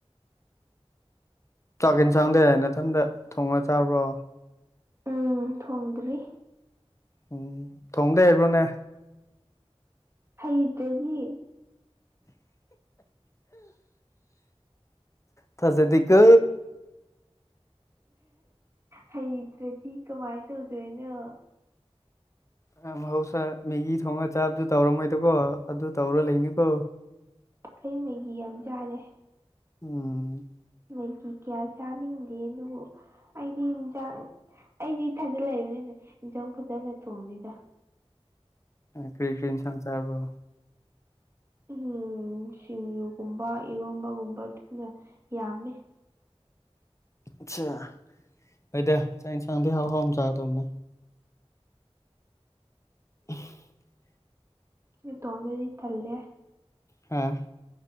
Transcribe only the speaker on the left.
ꯆꯥꯛ ꯏꯟꯁꯥꯡꯗꯤ ꯅꯊꯟꯗ ꯊꯣꯡꯉ ꯆꯥꯕ꯭ꯔꯣ
ꯎꯝ ꯊꯣꯡꯗꯤ ꯍꯩꯕ꯭ꯔꯣꯅꯦ
ꯊꯥꯖꯗꯦꯀꯣ
ꯅꯪ ꯃꯍꯧꯁꯥ ꯃꯦꯒꯤ ꯊꯣꯡꯉ ꯆꯥꯕꯗꯨ ꯇꯧꯔꯝꯃꯣꯏꯗꯀꯣ ꯑꯗꯨ ꯇꯧꯔ ꯂꯩꯅꯤꯀꯣ
ꯎꯝ
ꯀꯔꯤ ꯀꯔꯤ ꯏꯟꯁꯥꯡ ꯆꯥꯕ꯭ꯔꯣ
ꯑꯠꯆ ꯍꯣꯏꯗ ꯆꯥꯛ ꯏꯟꯁꯥꯡꯗꯤ ꯍꯥꯎ ꯍꯥꯎꯅ ꯆꯥꯗꯧꯕꯅꯦ <inaudible>
ꯑ